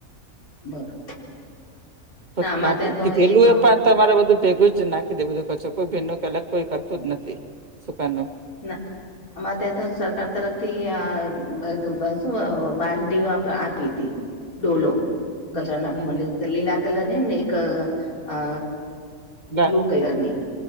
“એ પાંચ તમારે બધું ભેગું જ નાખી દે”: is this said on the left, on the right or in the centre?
Right